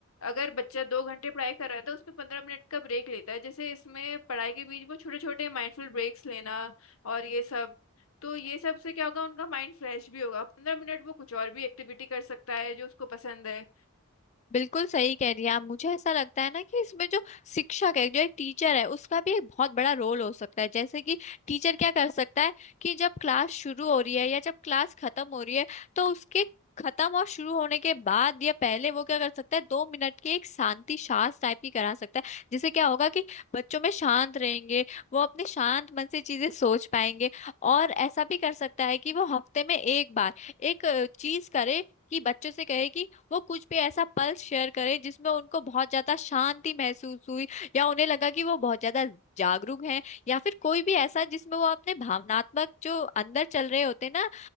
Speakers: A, on the left; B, on the left.
A: अगर बच्चा दो घंटे पढ़ाई कर रहा है तो उसमें पंद्रह मिनट का ब्रेक लेता है जैसे इसमें पढ़ाई के बीच वो छोटे छोटे माइंडफुल ब्रेक्स लेना और ये सब तो ये सब से क्या होगा उनका माइंड फ्रेश भी होगा पंद्रह मिनट वो कुछ और भी एक्टिविटी कर सकता है जो उसको पसंद है
B: बिल्कुल सही कह रही है आप मुझे ऐसा लगता है ना कि इसमें जो शिक्षक है जो एक टीचर है उसका भी एक बहुत बड़ा रोल हो सकता है जैसे कि टीचर क्या कर सकता है कि जब क्लास शुरू हो रही है या जब क्लास खत्म हो रही है तो उसके खत्म और शुरू होने के बाद या पहले वो क्या कर सकता है दो मिनट की एक शांति सांस टाइप की करा सकता है जिससे क्या होगा कि बच्चों में शांत रहेंगे वो अपने शांत मन से चीजें सोच पाएंगे और ऐसा भी कर सकता है कि वो हफ्ते में एक बार एक अ, चीज करे कि बच्चों से कहे कि वो कुछ भी ऐसा पल शेयर करे जिसमें उनको बहुत ज्यादा शांति महसूस हुई या उन्हें लगा कि वो बहुत ज्यादा जागरूक हैं या फिर कोई भी ऐसा जिसमें वो अपने भावनात्मक जो अंदर चल रहे होते ना